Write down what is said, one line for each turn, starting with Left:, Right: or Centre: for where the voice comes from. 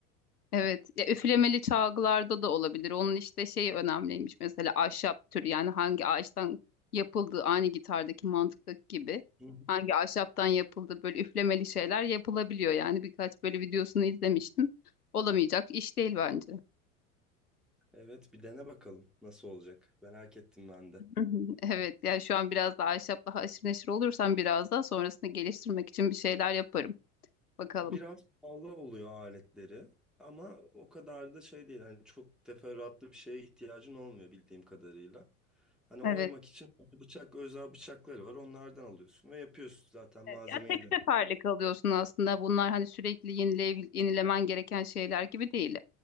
Left: evet. Ya, üflemeli çalgılarda da olabilir. Onun işte şey önemliymiş mesela ahşap türü yani hangi ağaçtan yapıldığı aynı gitardaki mantıktaki gibi.
Centre: Hı hı.
Left: Hangi ahşaptan yapıldı böyle üflemeli şeyler yapılabiliyor yani birkaç böyle videosunu izlemiştim. Olamayacak iş değil bence.
Centre: Evet bir dene bakalım nasıl olacak. Merak ettim ben de.
Left: <laughs> Hı hı. Evet yani şu an biraz daha ahşapla haşır neşir olursam biraz daha sonrasında geliştirmek için bir şeyler yaparım. Bakalım.
Centre: Ya biraz pahalı oluyor aletleri ama o kadar da şey değil. Hani çok teferruatlı bir şeye ihtiyacın olmuyor bildiğim kadarıyla. Hani
Left: Evet.
Centre: oymak için hani bıçak, özel bıçakları var. Onlardan alıyorsun ve yapıyorsun zaten malzemeyi
Left: Evet. Ya tek
Centre: de.
Left: seferlik alıyorsun aslında. Bunlar hani sürekli yenileyebil yenilemen gereken şeyler gibi değil.